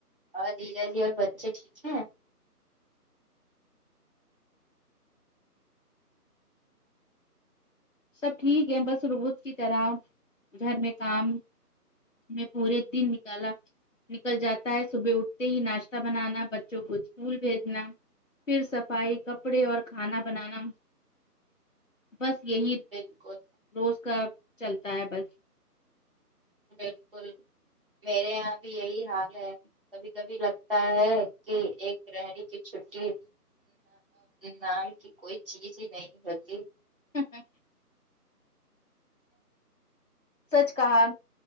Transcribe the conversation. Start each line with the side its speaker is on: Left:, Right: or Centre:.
Right: اور جی جاجی اور بچے ٹھیک ہیں
Left: سب ٹھیک ہے بس روز کی طرح گھر میں کام میں پورے دن نکالا نکل جاتا ہے صبح اٹھتے ہی ناشتہ بنانا بچوں کو اسکول بھیجنا پھر صفائی کپڑے اور کھانا بنانا بس یہی
Right: بالکل
Left: روز کا چلتا ہے بس
Right: بالکل میرے یہاں بھی یہی حال ہے کبھی کبھی لگتا ہے کہ ایک رہ ری تھی چھٹی نام کی کوئی چیز ہی نہیں ہوتی
Left: <unintelligible> سچ کہاں